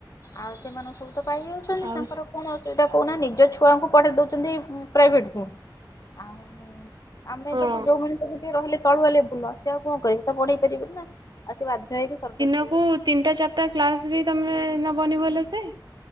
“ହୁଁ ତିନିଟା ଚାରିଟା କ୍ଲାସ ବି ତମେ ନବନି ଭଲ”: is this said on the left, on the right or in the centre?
Right